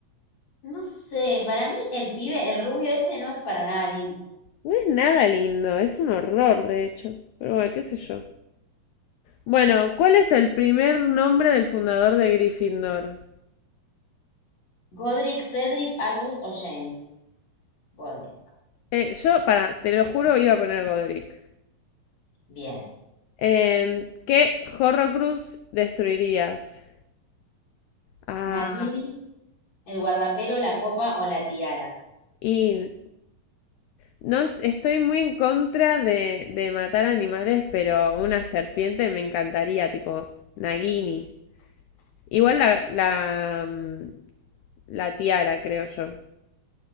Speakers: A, on the left (about 45°); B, on the left (about 80°).
A: No sé, para mí el pibe, el rubio ese no es para nada lindo.
B: No es nada lindo, es un horror, de hecho. Pero bueno, qué sé yo. Bueno, ¿cuál es el primer nombre del fundador de Gryffindor?
A: Godric, Cedric, Albus o James. Godric.
B: Eh, yo, para, te lo juro, iba a poner Godric.
A: Bien.
B: Eh, ¿qué Horrocrux destruirías? Ah,
A: Nagini, el guardapelo, la copa o la tiara.
B: y no estoy muy en contra de, de matar animales, pero una serpiente me encantaría, tipo Nagini. Igual la, la, mm, la tiara, creo yo.